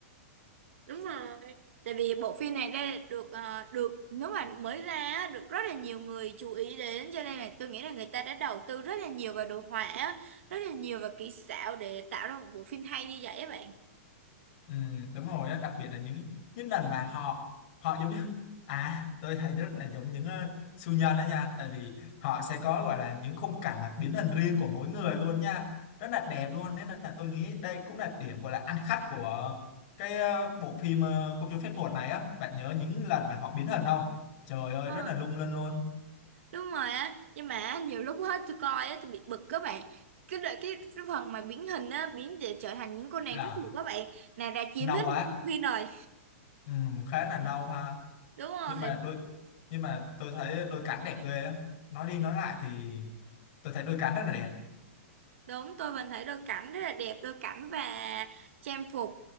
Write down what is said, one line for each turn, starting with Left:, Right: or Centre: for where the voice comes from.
Right: Đúng rồi. Tại vì bộ phim này đây được ờ, được nếu mà mới ra á, được rất là nhiều người chú ý đến cho nên là tôi nghĩ là người ta đã đầu tư rất là nhiều vào đồ họa, á, rất là nhiều vào kỹ xảo để tạo ra một bộ phim hay như vậy á bạn.
Left: Ừ, đúng rồi đó đặc biệt là những những lần mà họ họ giống như <laughs> à tôi thấy rất là giống những ờ, siêu nhân đó nha tại vì họ sẽ có gọi là những khung cảnh mà biến hình riêng của mỗi người luôn nha rất là đẹp luôn nên là tôi nghĩ đây cũng là điểm gọi là ăn khách của cái ờ, bộ phim ờ, công chúa phép thuật này á bạn nhớ những lần mà họ biến hình không trời ơi
Right: Ờ,
Left: rất là lung linh luôn
Right: đúng rồi á nhưng mà nhiều lúc hết tôi coi á tôi bị bực các bạn cái đợi cái, cái phần mà biến hình á biến để trở thành những cô nàng
Left: là
Right: rất nhiều các bạn nàng đã chiếm
Left: nâu
Right: hết
Left: á
Right: nửa bộ phim rồi
Left: ừ, khá là nâu ha
Right: đúng rồi
Left: nhưng mà đôi nhưng mà tôi thấy đôi cánh đẹp ghê á nói đi nói lại thì tôi thấy đôi cánh rất là đẹp
Right: đúng tôi vẫn thấy đôi cảnh rất là đẹp đôi cảnh và trang phục